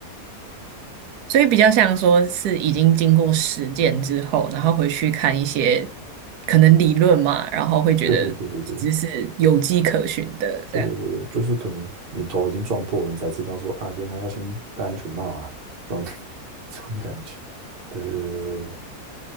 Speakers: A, on the right; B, on the right.
A: 所以比较像说是已经经过实践之后，然后回去看一些可能理论嘛，然后会觉得其实是有迹可循的这样。
B: 对对对对对，对对对，就是可能你头已经撞破了，你才知道说啊，原来要先戴安全帽啊，这种 <laughs> 这种感觉。对对对对对，